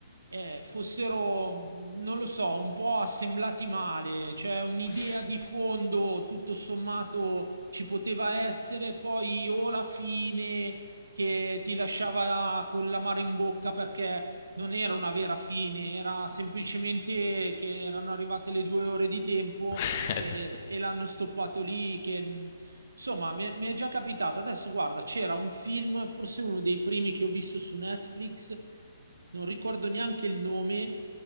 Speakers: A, on the right; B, on the left.
A: eh, fossero, mh, non lo so, un po' assemblati male, cioè un'idea
B: S-
A: di fondo tutto sommato ci poteva essere, poi o la fine che ti lasciava con l'amaro in bocca perché non era una vera fine, era semplicemente che erano arrivate le due ore di tempo
B: <laughs> Ed,
A: e, e l'hanno stoppato lì. Che, insomma, mi, mi è già capitato. Adesso, guarda, c'era un film, forse uno dei primi che ho visto su Netflix, non ricordo neanche il nome,